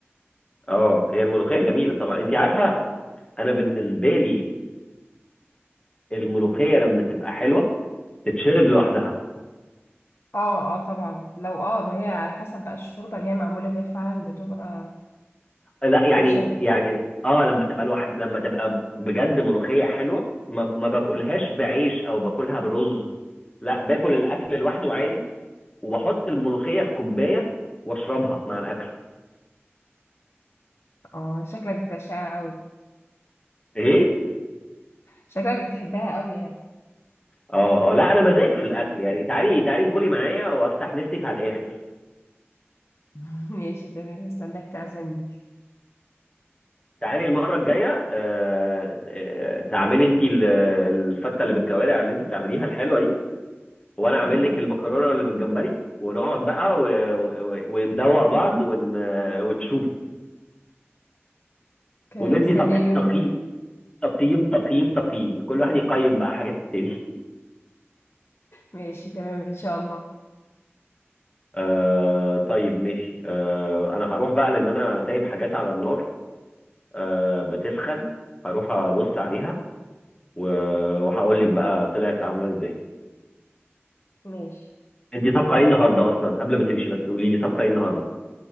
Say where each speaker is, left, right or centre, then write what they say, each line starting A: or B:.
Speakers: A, on the left (about 25°); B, on the left (about 65°).
A: اه هي الملوخيه جميله طبعا انت عارفه انا بالنسبه لي الملوخيه لما تبقى حلوه تتشرب لوحدها
B: اه اه طبعا لو اه ما هي على حسب بقى الشوربة اللي هي معمولة بيها فعلا بتبقى
A: لا يعني
B: تتشرب
A: يعني اه لما تبقى الواحد لما تبقى بجد ملوخية حلوة ما, ما باكلهاش بعيش او باكلها برز لا باكل الاكل لوحده عادي وبحط الملوخية في كوباية واشربها مع الاكل
B: اه شكلك بتعشقها قوي
A: ايه
B: شكلك بتحبها قوي يعني
A: اه اه لا انا مزاج في الاكل يعني تعالي تعالي كلي معايا وافتح نفسك على الاخر
B: <laughs> ماشي تمام استناك تعزمني
A: تعالي المرة الجاية آه آه، تعملي انت ال- الفتة اللي بالكوارع اللي انت بتعمليها الحلوة دي وانا اعمل
B: تمام
A: لك المكرونه اللي بالجمبري ونقعد بقى و... و... وندوق بعض ون... ونشوف
B: كان
A: وندي
B: مستنية
A: تق...
B: اليوم
A: تقييم
B: ده جدا
A: تقييم تقييم تقييم كل واحد يقيم بقى حاجات التاني <laughs>
B: ماشي تمام ان شاء الله
A: آه طيب ماشي آه انا هروح بقى لان انا سايب حاجات على النار آه بتسخن هروح ابص عليها و... وهقول لك بقى طلعت عامله ازاي
B: ماشي
A: انت طبخه ايه النهارده اصلا قبل ما تمشي بس قولي لي طبخه ايه النهارده